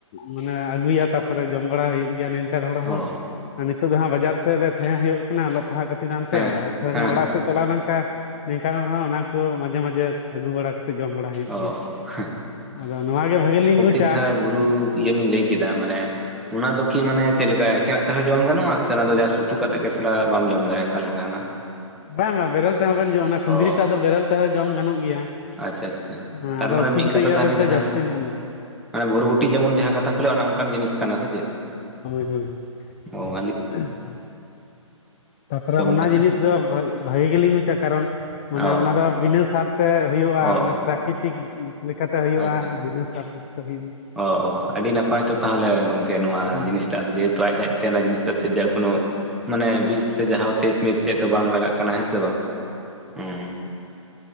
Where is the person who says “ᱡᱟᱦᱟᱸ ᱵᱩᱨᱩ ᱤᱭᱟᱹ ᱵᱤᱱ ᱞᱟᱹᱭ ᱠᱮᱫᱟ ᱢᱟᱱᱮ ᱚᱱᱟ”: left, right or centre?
Centre